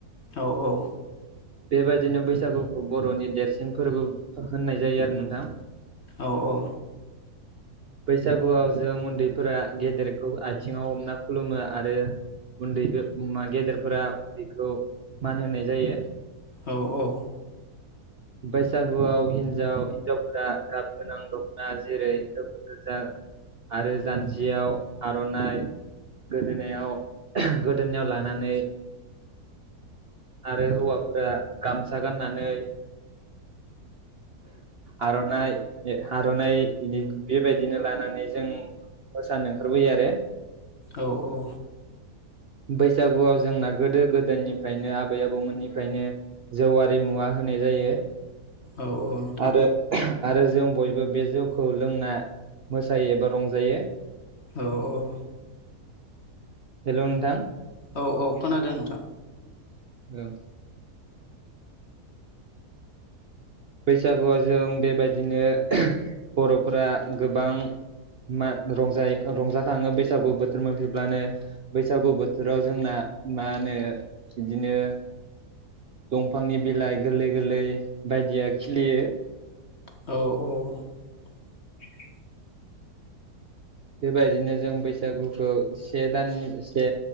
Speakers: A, on the left; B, on the right.
A: औ-औ
B: बेबायदिनो बैसागुखौ बरनि देरसिन फोरबो होननाय जायो आरो नोंथां
A: औ-औ
B: बैसागुआव जों उन्दैफोरा गेदेर आथिंङाव हमना खुलुमो आरो उन्दैबो अमा गेदेरफोरा उन्दैखौ मान होनाय जायो
A: औ-औ
B: बैसागुआव हिनजाव हिनजावफोरा गाब गोनां दखना जेरै गोमो गोजा आरो जान्जियाव आरनाइ गोदोनायाव गोदोनायाव लानानै आरो हौवाफोरा गामसा गाननानै आरनाय हे हारनाइ बेबायदिनो लानानै जों मोसानो ओंखारबोयो आरो
A: औ-औ
B: बैसागुआव जोंना गोदो गोदोनिफ्रायनो आबै आबौमोननिफ्रायनो जौवारि मुवा होन होननाय जायो
A: औ-औ नोंथां
B: आरो आरो जों बयबो बे जौखौ लोंना मोसायो एबा रंजायो
A: औ-औ
B: हेलौ नोंथां
A: औ-औ खोनादों नोंथां
B: ओं बैसागुआ जों बेबायदिनो बरफ्रा गोबां मा रंजायो रंजाखांङो बैसागु बोथोर मोनफैब्लानो बैसागु बोथोराव जोंना मा होनो इदिनो दंफांनि बिलाइ गोरलै-गोरलै बायदिया खिलियो
A: औ-औ
B: बेबायदिनो जों बैसागुखौ से दाननि से